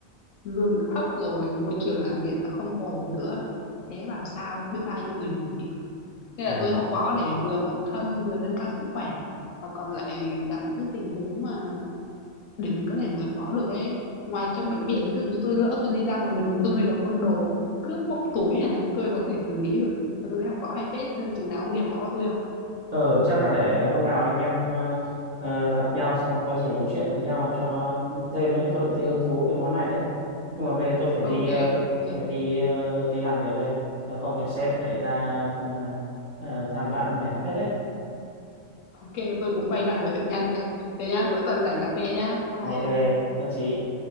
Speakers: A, on the left; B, on the right.
A: lương đã thấp rồi môi trường làm việc đã không ổn nữa thế bảo sao biết bao nhiêu người nghỉ việc nên
B: ừ.
A: là tôi học võ để vừa phòng thân vừa nâng cao sức khỏe mà còn lại gặp những cái tình huống mà để mình có thể đối phó được ấy ngoài trong bệnh viện thì ví dụ như tôi lỡ tôi đi ra ngoài đường tôi hơi gặp con đồ cướp móc túi này này tôi có thể xử lý được tôi thấy học võ hay phết nên chừng nào ông đi học võ tôi không
B: ờ chắc là để hôm nào anh em à, à, gặp nhau xong có gì nói chuyện với nhau cho nó thêm ấy tôi cũng thấy hứng thú cái món này đấy nhưng mà bây giờ tôi phải đi
A: ok
B: ờ,
A: ok
B: tôi phải đi ờ, đi làm việc đây Nếu không lại sếp lại ra à, à, than vãn là mệt phết đấy
A: ok tôi cũng quay lại với bệnh nhân đây thế nhá cuối tuần rảnh cà phê nhá bye
B: ok
A: bye ông
B: nhất trí